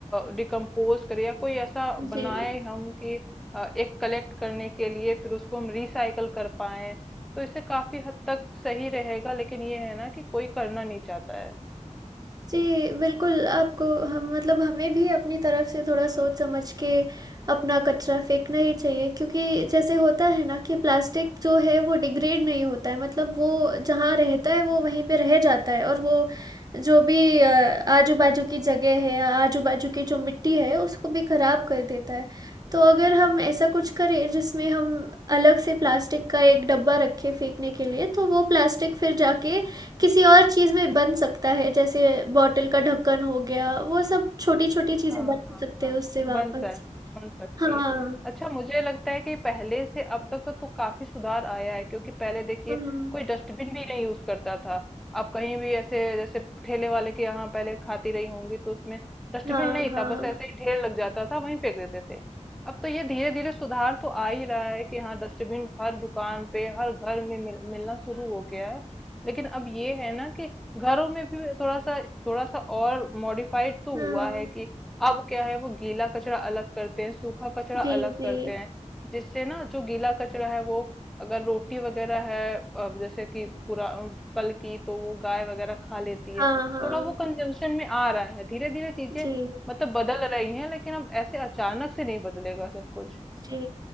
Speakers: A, in the centre; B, on the right.
A: डिकम्पोज करें या कोई ऐसा बनाए
B: जी।
A: हम कि अ, एक कलेक्ट करने के लिए फिर उसको हम रिसाइकल कर पाए तो इससे काफी हद तक सही रहेगा लेकिन ये है ना कि कोई करना नहीं चाहता है
B: जी, बिल्कुल आपको हम मतलब हमें भी अपनी तरफ से थोड़ा सोच समझ के अपना कचरा फेंकना ही चाहिए क्योंकि जैसे होता है ना कि प्लास्टिक जो है वो डिग्रेड नहीं होता है मतलब वो जहाँ रहता है वो वहीं पे रह जाता है और वो जो भी अ, आजू-बाजू की जगह है, आजू-बाजू की जो मिट्टी है उसको भी खराब कर देता है। तो अगर हम ऐसा कुछ करें जिसमें हम अलग से प्लास्टिक का एक डब्बा रखें फेंकने के लिए तो वो प्लास्टिक फिर जाके किसी और चीज़ में बन सकता है, जैसे बॉटल का ढक्कन हो गया, वो सब छोटी-छोटी चीज़ें
A: हाँ
B: बना
A: हाँ
B: सकते
A: हाँ
B: हैं उससे वापस।
A: बन सक बन सकती
B: हाँ।
A: है अच्छा मुझे लगता है कि पहले से अब तक तो, तो काफी सुधार आया है क्योंकि पहले देखिए
B: हुँ,
A: कोई डस्टबिन भी नहीं यूज करता था आप कहीं भी ऐसे जैसे ठेले वाले के यहाँ पहले खाती रही होंगी तो उसमें डस्टबिन
B: हाँ,
A: नहीं
B: हाँ।
A: था बस ऐसे ही ढेर लग जाता था वहीं फेंक देते थे अब तो ये धीरे धीरे सुधार तो आ ही रहा है कि हाँ डस्टबिन हर दुकान पे हर घर में मिल, मिलना शुरू हो गया है लेकिन अब ये है ना कि घरों में भी थोड़ा सा थोड़ा सा और मॉडिफाइड तो
B: हुँ।
A: हुआ है कि अब क्या है वो गीला कचरा अलग करते हैं सूखा कचरा
B: जी,
A: अलग
B: जी।
A: करते हैं जिससे ना जो गीला कचरा है वो अगर रोटी वगैरह है अब जैसे कि पूरा अम, कल की तो वो गाय वगैरह खा लेती
B: हाँ,
A: है
B: हाँ।
A: थोड़ा वो कंजम्पशन में आ रहा है धीरे धीरे चीजें
B: जी,
A: मतलब बदल रही हैं लेकिन अब ऐसे अचानक से नहीं बदलेगा सब कुछ
B: जी।